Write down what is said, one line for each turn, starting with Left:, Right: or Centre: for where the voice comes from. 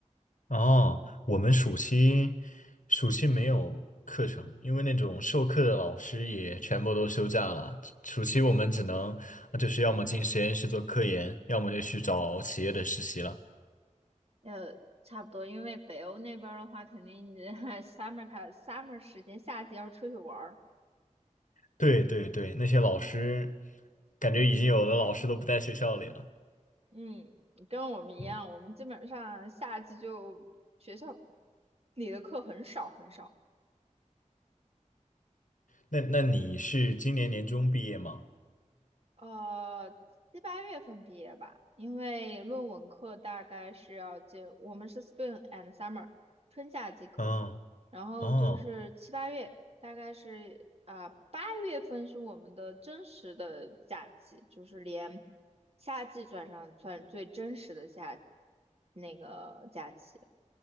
Left: 哦，我们暑期暑期没有课程，因为那种授课的老师也全部都休假了。暑期我们只能呃就是要么进实验室做科研，要么就去找企业的实习了。
Right: 呃，差不多，因为北欧那边儿的话，肯定你 <laughs> summer 它 summer 时间，夏季要出去玩儿，
Left: 对对对，那些老师感觉已经有的老师都不在学校里了。
Right: 嗯，跟我们一样，
Left: 嗯。
Right: 我们基本上夏季就学校里的课很少很少。
Left: 那那你是今年年中毕业吗？
Right: 呃，七八月份毕业吧，因为论文课大概是要接，我们是 spring and summer，春夏季课嘛，
Left: 哦
Right: 然后就是七八月，
Left: 哦
Right: 大概是啊八月份是我们的真实的假期，就是连夏季算上算最真实的夏那个假期。